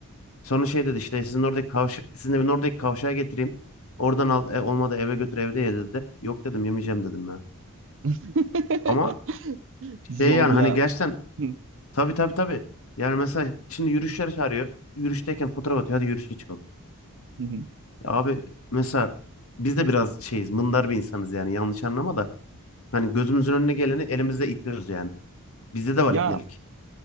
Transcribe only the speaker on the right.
<laughs>
Zorla.
Hı.
Hı hı.
Ya